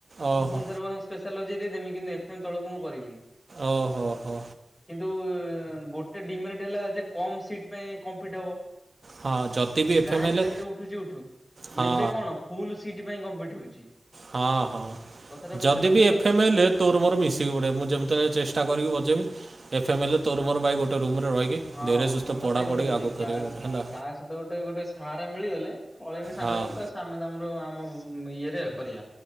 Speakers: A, on the right (about 45°); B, on the left (about 20°).
A: ଓହୋ
B: ପୁଣି ଥରେ ବ ଲଜେଇ ଦେଇ ଦେମି କିନ୍ତୁ ଏଫ ଏମ୍ ତଳକୁ ମୁଁ କରିବିନି।
A: ଓ ହୋ ହୋ।
B: କିନ୍ତୁ ଗୋଟେ ଡିମେରିଟ ହେଲା ଯେ କମ୍ ସିଟ ପାଇଁ କମ୍ ପିଟ ହବ।
A: ହଁ ଯଦି ବି ଏଫ୍
B: ରାଙ୍କ
A: ଏମ୍ ଏଲ୍
B: ଯେତେ ଉଠୁଛି ଉଠୁ।
A: ହଁ
B: ଏବେ କଣ ଫୁଲ ସିଟ୍ ପାଇଁ କମ୍ପିଟ୍ ହଉଛି।
A: ହଁ ହଁ
B: କଥାଟା ବୁଝୁଛ
A: ଯଦି
B: ନା
A: ବି
B: ମୋ
A: ଏଫେମ୍
B: କଥା
A: ହେଲେ ତୋର ମୋର ମିଶିକି ପଡିବ ମୁଁ ଯେମତି ହେଲେ ଚେଷ୍ଟା କରିକି ବଜେଇମି। ଏଫ ଏମ୍ଲ ତୋରମର ଭାଇ ଗୋଟେ ରୁମ୍ ରେ ରହିକି
B: ହଁ
A: ଧୀରେ ସୁସ୍ଥେ
B: ମୁଁ
A: ପଢ଼ାପଢ଼ି
B: ତ ସେଇ କଥା କହୁଚି
A: ଆଗକୁ
B: କା
A: କରିବୁ
B: କାହା
A: ହେଲା।
B: ସହିତ ଗୋଟେ ଗୋଟେ ସାହାରା ମିଳିଗଲେ ପଳେଇମି ସାଙ୍ଗ
A: ହଁ।
B: ହେଇକି ବାସ୍ ଆମେ ତମର ଆମ ଉଁ ଇଏରେ କରିଆ।